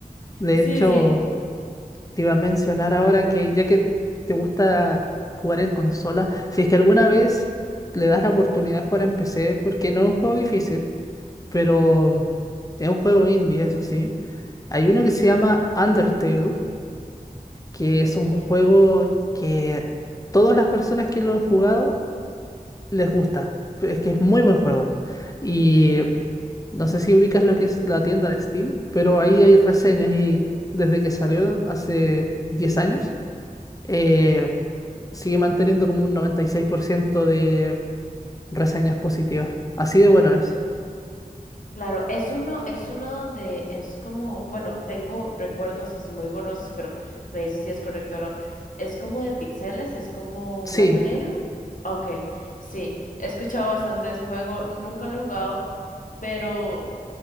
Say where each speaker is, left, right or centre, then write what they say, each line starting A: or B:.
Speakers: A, on the left; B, on the left.
A: De
B: Sí,
A: hecho,
B: sí,
A: te iba a mencionar ahora que ya que te gusta jugar en consola, si es que alguna vez le das la oportunidad de jugar en PC, porque no es un juego difícil, pero es un juego indie, eso sí. Hay uno que se llama Undertale, que es
B: Undertale,
A: un juego que todas las personas que lo han jugado les gusta. Es que es muy buen juego. Y
B: ok.
A: no sé si ubicas lo que es la tienda de Steam, pero ahí hay reseñas y desde que salió hace 10 años eh, sigue manteniendo como un 96% de reseñas positivas. Así de bueno es.
B: ok. Claro, es uno, es uno donde es como, bueno, tengo recuerdos así muy borrosos, pero me dice si es correcto o no. Es como de píxeles, es como
A: Sí,
B: blanco y negro. Ok, sí, he escuchado bastante de ese juego, nunca lo he jugado, pero